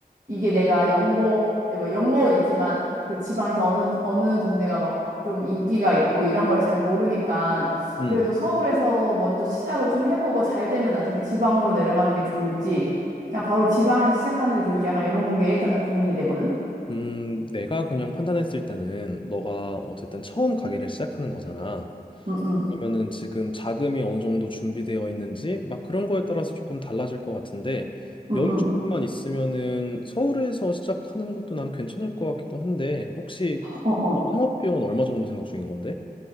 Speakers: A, on the right; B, on the left.
A: 이게 내가 연고, 뭐 연고는 있지만 그 지방에서 어느, 어느 동네가 막 좀 인기가 있고 이런 걸 잘 모르니까
B: 음,
A: 그래도 서울에서 먼저 시작을 좀 해보고 잘 되면 나중에 지방으로 내려가는 게 좋을지 그냥 바로 지방에서 시작하는 게 좋을지 약간 이런 게 일단은 고민이 되거든?
B: 음, 내가 그냥 판단했을 때는 너가 어쨌든 처음 가게를 시작하는 거잖아.
A: 응, 응,
B: 그러면은 지금 자금이 어느 정도 준비되어 있는지 막 그런 거에 따라서 조금 달라질 것 같은데
A: 응,
B: 여유
A: 응.
B: 조금만 있으면은 서울에서 시작하는 것도 난 괜찮을 것 같기도 한데 혹시
A: 어, 어.
B: 어, 창업 비용은 얼마 정도 생각 중인 건데?